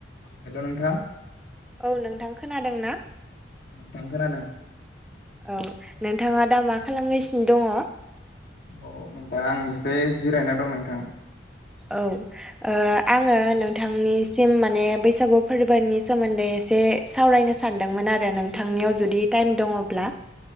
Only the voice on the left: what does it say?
औ हेल' नोंथां
औ नोंथां खोनादों
औ नोंथां आं एसे जिरायना दं नोंथां